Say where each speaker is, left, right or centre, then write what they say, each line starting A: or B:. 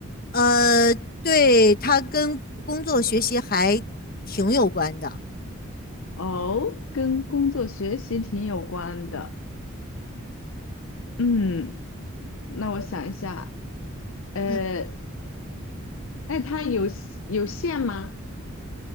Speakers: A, on the left (about 40°); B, on the left (about 65°).
A: 呃，对，它跟工作学习还挺有关的。
B: 哦，跟工作学习挺有关的。嗯，那我想一下，呃，
A: 嗯，
B: 那它有有线吗？